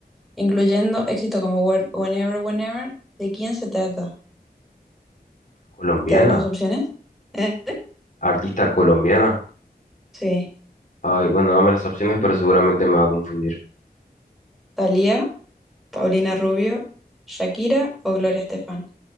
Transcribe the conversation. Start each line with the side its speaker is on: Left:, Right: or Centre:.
Centre: incluyendo éxitos como When- Whenever, Whenever. ¿De quién se trata?
Left: ¿Colombiana?
Centre: ¿Te doy las opciones? Eh,
Left: ¿Artista colombiana?
Centre: Sí.
Left: Ay, bueno, dame las opciones, pero seguramente me va a confundir.
Centre: Thalía, Paulina Rubio, Shakira o Gloria Estefan.